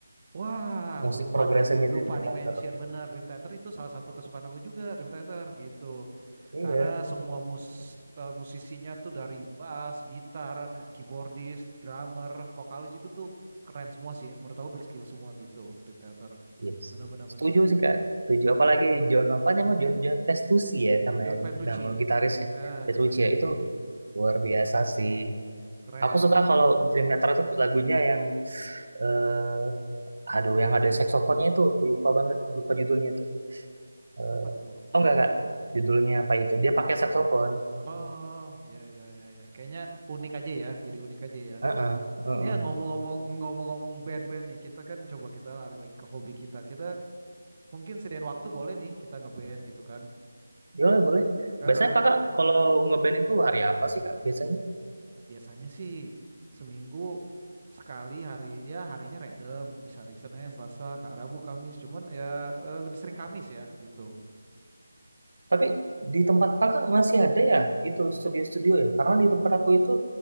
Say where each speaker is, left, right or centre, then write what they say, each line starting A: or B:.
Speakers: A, on the right; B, on the right.
A: Wah,
B: musik
A: be- lupa
B: progresifnya
A: di lupa
B: Dream Theater.
A: di mention bener Dream Theater itu salah satu kesukaan aku juga Dream Theater gitu.
B: Iya,
A: Karena semua mus eh, musisinya tuh dari bass, gitar, keyboardis, drummer, vokalis itu tuh keren semua sih. Menurut aku berskill semua gitu Dream Theater.
B: Yes.
A: Benar benar benar
B: Setuju
A: benar.
B: sih Kak. Setuju. Apalagi
A: Hmm.
B: John apa namanya John, John Testucci ya sama
A: John Petrucci.
B: nama gitarisnya
A: ya
B: Petrucci
A: John Petrucci.
B: ya itu luar biasa sih.
A: Keren
B: Aku suka
A: betul.
B: kalau Dream Theater itu lagunya yang eh aduh yang ada saksofonnya itu aku lupa banget lupa judulnya tuh. Eh
A: Apa tuh?
B: oh enggak
A: Coba.
B: Kak, judulnya apa itu? Dia pakai saksofon.
A: Oh, ya ya ya ya. Kayaknya unik aja ya. Jadi unik aja ya.
B: Heeh, heeh.
A: Ya ngomong-ngomong ngomong-ngomong band-band nih, kita kan coba kita lari lagi ke hobi kita. Kita mungkin sediain waktu boleh nih kita ngeband gitu kan.
B: Boleh, boleh.
A: Heeh.
B: Biasanya Kakak kalau ngeband itu hari apa sih Kak? Biasanya
A: Biasanya sih seminggu sekali hari ya harinya random bisa hari Senin, Selasa, kak Rabu, Kamis. Cuman ya eh, lebih sering Kamis ya gitu.
B: Tapi di tempat kakak masih ada ya itu studio-studio ya? Karena di tempat aku itu